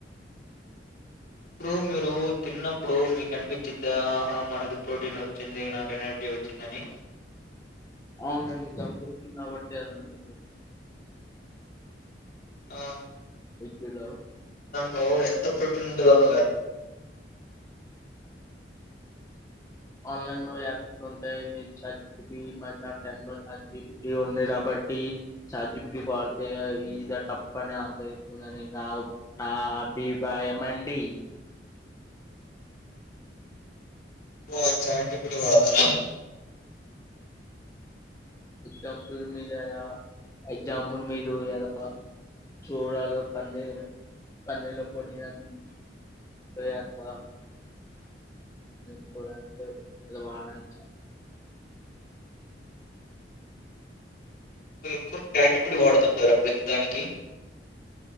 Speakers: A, on the left; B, on the left.
A: ఇప్పుడు మీరు తిన్నప్పుడు మీకు అనిపించిహా మనకు ప్రోటీన్ వచ్చింది నాకు ఎనర్జీ వచ్చిందని
B: అవునండి కంపించంది కాబట్టి అదండి
A: ఆ
B: ఏ కలో
A: లో ఎంత ప్రోటీన్ అం
B: ఆన్లైన్ లో యాప్స్ ఉంటాయి మీ చజ మ టన్ లో సజిటీ ఉంది కాబట్టి చార్జిబటీ పడితే ఇ తప్పనే ఆసర్స్తుందిని నాపీప్రాయం అండి
A: ఒ చాట్ జి పి టి వాడుతార
B: ఎగ్జాంపుల్ మీద ఎలా ఎగ్జాంపుల్ మీరు ఎలా చూడలో పన్న పన్నర్లో పోట్న ఎంత అ చూడాలంటే అది వాలడి
A: ఎ తజ పూడి వాడుతుంటారా ప్రతి దానికి